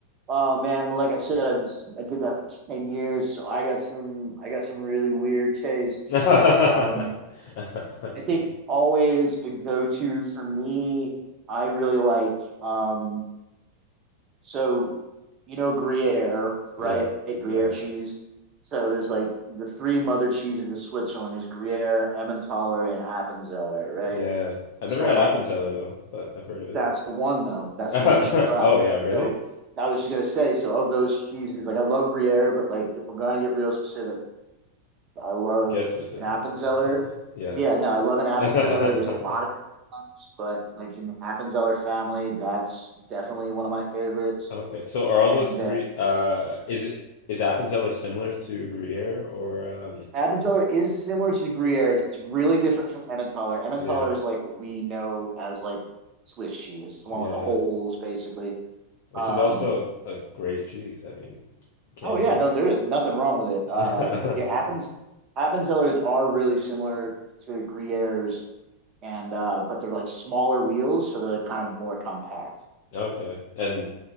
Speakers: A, on the right; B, on the left.
A: Oh man, well, like I said, I was I did that for ten years, so I got some I got some really weird tastes.
B: <laughs>
A: But um, I think always a go-to for me. I really like um, so you know Gruyere, right?
B: Yeah.
A: Gruyere
B: Yeah.
A: cheese. So there's like the three mother cheeses of Switzerland. There's Gruyere, Emmentaler, and Appenzeller, right?
B: Yeah. I've
A: So
B: never had Appenzeller though, but I've heard of it.
A: that's the one though. That's
B: <laughs>
A: the one you should try.
B: Oh yeah, really?
A: So I was just gonna say, so of those cheeses, like I love Gruyere, but like if we're gonna get real specific, I love
B: Get specific.
A: an Appenzeller.
B: <laughs> Yeah.
A: Yeah, no, I love an Appenzeller.
B: <laughs>
A: There's a lot of different ones, but like in the Appenzeller family, that's definitely one of my favorites.
B: Okay. So are all
A: And
B: those three
A: the
B: uh is it is Appenzeller similar to Gruyere or um
A: Appenzeller is similar to Gruyere. It's really different from Emmentaler. Emmentaler
B: yeah.
A: is like what we know as like Swiss cheese, the one
B: Yeah,
A: with the
B: yeah.
A: holes, basically.
B: Which
A: Um,
B: is also a great cheese. I mean, can't
A: Oh yeah,
B: hate.
A: no, there is nothing wrong with it.
B: <laughs>
A: Uh, but yeah, Appens Appenzellers are really similar to Gruyères, and uh, but they're like smaller wheels, so they're like kind of more compact.
B: Okay. And